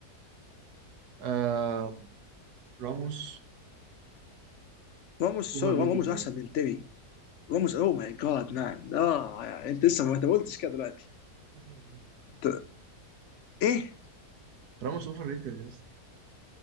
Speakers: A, on the right (about 75°); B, on the left (about 65°).
A: آم... راموس
B: راموس
A: اوفر
B: سوري
A: ريتد
B: راموس
A: قوي
B: احسن من تيري راموس او ماي جاد مان اه انت لسه ما انت ما قلتش كده دلوقتي
A: <laughs>
B: أنت- ايه
A: راموس اوفر ريتد يس